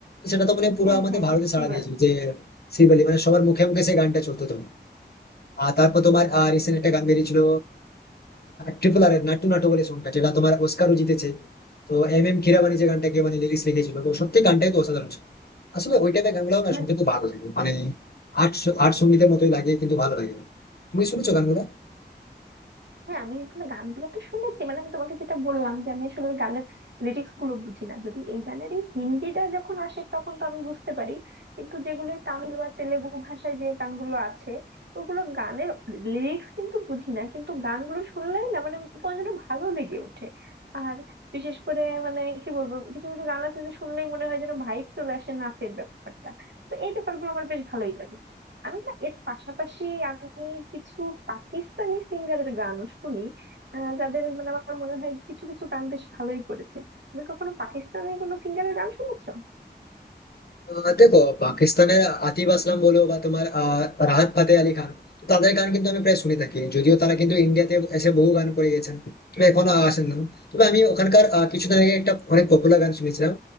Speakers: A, on the left; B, on the right.
A: সেটা তো মানে পুরো
B: হ্যাঁ
A: আমাদের
B: হ্যাঁ
A: ভারতে
B: হ্যাঁ শ্রীবাল্লি
A: সাড়া দিয়েছিল যে শ্রীবল্লী মানে সবার মুখে মুখে সেই গানটা চলতো তো আর তারপর তোমার রিসেন্ট একটা গান বেরিয়েছিল ট্রিপল আর নাট্টু নাটু বলে সংখ্যা যেটা তোমার অস্কারও জিতেছে তো এম এম কিরাবানি যে গানটাকে মানে লিরিক্স লিখেছিল তো সত্যি গানটাই তো অসাধারণ ছিল। আসলে ওই টাইপের গানগুলো না
B: হ্যাঁ
A: শুনতে খুব ভালো লাগে মানে আর্ট আর্ট সঙ্গীতের মতোই লাগে কিন্তু ভালো লাগে তুমি শুনেছো গানগুলো
B: হ্যাঁ আমি আসলে গানগুলো তো শুনেছি মানে আমি তোমাকে যেটা বললাম যে আমি আসলে ওই গানের লিরিক্স গুলো বুঝি না যদি এই গানেরই হিন্দিটা যখন আসে তখন তো আমি বুঝতে পারি কিন্তু যেগুলো তামিল বা তেলেগু ভাষায় যে গানগুলো আছে ওগুলো গানের লিরিক্স কিন্তু বুঝি না কিন্তু গানগুলো শুনলেই না মানে তোমার যেন ভালো লেগে ওঠে আর বিশেষ করে মানে কি বলবো কিছু কিছু গান আছে যে শুনলেই মনে হয় যেন ভাইব চলে আসে নাচের ব্যাপারটা তো এই ব্যাপারগুলো আমার বেশ ভালোই লাগে আমি না এর পাশাপাশি আমি কিছু পাকিস্তানি সিঙ্গারের গানও শুনি আহ, যাদের মানে আমার মনে হয় কিছু কিছু গান বেশ ভালোই করেছে তুমি কখনো পাকিস্তানি কোনো সিঙ্গারের গান শুনেছো
A: আহ দেখো পাকিস্তানের আতিফ আসলাম বলো বা তোমার আহ রাহাত ফাতে আলী খান তো তাদের গান কিন্তু আমি প্রায় শুনে থাকি যদিও তারা কিন্তু ইন্ডিয়াতে এসে বহু গান করে গেছেন তবে এখনো আসেন না তবে আমি ওখানকার আহ, কিছুদিন আগে একটা অনেক পপুলার গান শুনেছিলাম